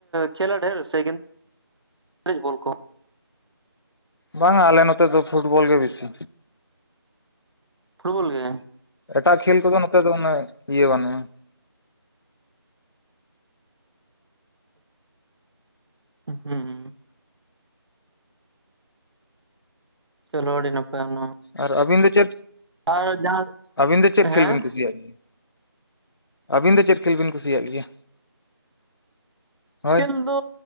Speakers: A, on the right; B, on the left.
A: ᱠᱷᱮᱞᱟ ᱰᱷᱹᱮᱨ ᱥᱮ <unintelligible> ᱵᱚᱞ ᱠᱚ
B: ᱵᱟᱝ ᱟ ᱟᱞᱮ ᱱᱚᱛᱮ ᱫᱚ ᱯᱷᱩᱴᱵᱚᱞ ᱜᱮ ᱵᱤᱥᱤ
A: ᱯᱷᱩᱴᱵᱚᱞ ᱜᱮ
B: ᱮᱴᱟᱜ ᱠᱷᱮᱞ ᱠᱚᱫᱚ ᱱᱚᱛᱮ ᱫᱚ ᱩᱱᱟᱹᱜ ᱤᱭᱟᱹ ᱵᱟᱹᱱᱩᱜᱼᱟ
A: ᱩ ᱦᱩᱸ ᱪᱚᱞᱚ ᱟᱹᱰᱤ ᱱᱟᱯᱟᱭᱟ ᱱᱚᱣᱟ
B: ᱟᱨ ᱟᱹᱵᱤᱱ ᱫᱚ ᱪᱮᱫ
A: ᱟᱨ ᱡᱟᱸ
B: ᱟᱹᱵᱤᱱ ᱫᱚ ᱪᱮᱫ
A: ᱦᱮᱸ
B: <unintelligible> ᱟᱹᱵᱤᱱ ᱫᱚ ᱪᱮᱫ ᱠᱷᱮᱞ ᱵᱤᱱ ᱠᱩᱥᱤᱭᱟᱜ ᱜᱮᱭᱟ ᱦᱳᱭ
A: ᱠᱷᱮᱞ ᱫᱚ